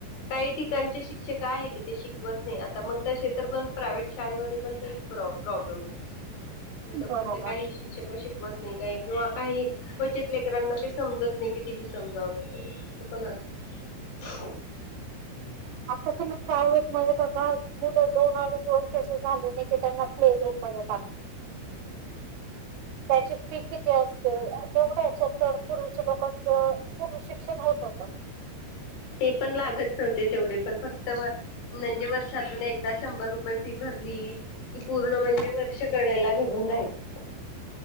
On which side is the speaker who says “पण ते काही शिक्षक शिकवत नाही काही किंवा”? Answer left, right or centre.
Left